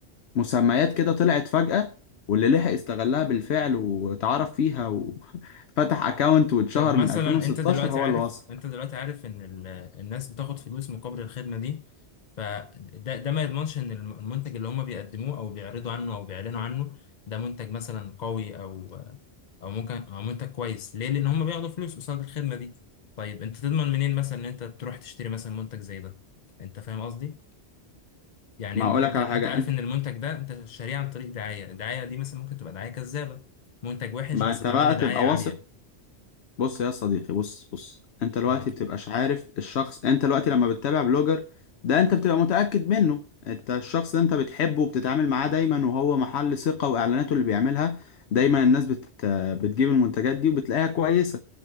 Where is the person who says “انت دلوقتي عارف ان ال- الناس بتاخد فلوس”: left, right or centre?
Left